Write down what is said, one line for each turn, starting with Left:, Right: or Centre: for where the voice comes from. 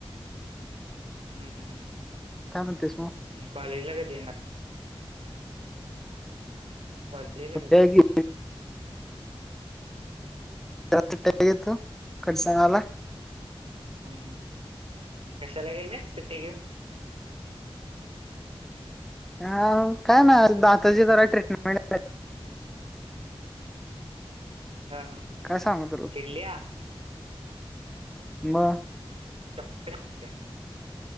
Right: हम्म हम्मम्
Centre: काय म्हणतेस मग
Right: कॉलेज. लग दे ना. कॉललेला
Centre: कुठे
Right: कस.
Centre: आहे की कटगेत कडचला.
Right: हम् हम् कशाला गेल ना सुट्टी घेऊन. <inaudible>
Centre: हा काय ना दातचीी जरा ट्रीटमेंट.
Right: ह हा
Centre: काय सांगू तुला
Right: किडलिया.
Centre: <inaudible>
Right: <inaudible>